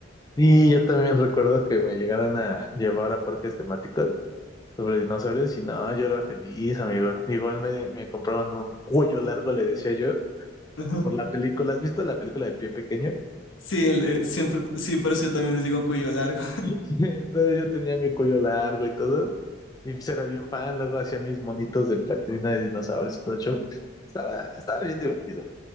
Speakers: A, on the left (about 20°); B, on the left (about 75°).
A: Y yo también recuerdo que me llegaron a llevar a parques temáticos sobre dinosaurios y no, yo era feliz, amigo. Igual me, me compraron un cuello largo, le decía yo,
B: Ajá.
A: por la película. ¿Has visto la película de Pie Pequeño?
B: Sí, el, eh, siempre, sí, por eso yo también les digo cuello largo.
A: <laughs> Entonces yo tenía mi cuello largo y todo. Y pues era bien fan, luego hacía mis monitos de plastilina de dinosaurios y todo el show. Estaba, estaba bien divertido.